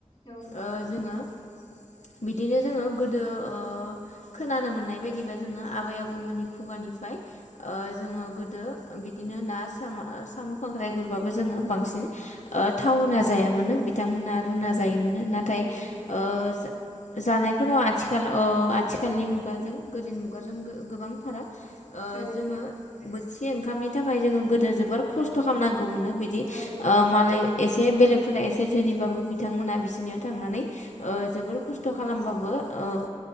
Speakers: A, on the left (about 35°); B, on the left (about 75°).
A: औ नंगौ।
B: ओ जोङो बिदिनो जोङो गोदो ओ खोनानो मोननाय बायदिबा ओ जोङो आबै आबौमोननि खुगानि। ओमफ्राय ओ जोङो गोदो बिदिनो ना सा साम' खांख्राइ गुरबाबो ओ जोङो बांसिन। ओ थावहोना
A: औ
B: जायामानो बिथांमोना रुना जायोमोन। नाथाय
A: नंगौ
B: ओ जानायफोराव आथिखाल अ आथिखालनि मुगाजों। गोदो मुगाजों गोबां फाराग ओ
A: औ
B: जोङो। बोथिसे ओंखामनि थाखाय जोङो गोदो जोबोर खस्थ' खालामनांगौमोननो बिदि
A: औ औ
B: ओ मालाय एसे। एसे बेलेगफोरा एसे धोनिबाबो बिथांमोनहा बिसिरनियाव थांनानै जोबोर खस्थ'। खस्थ' खालामबाबो ओ।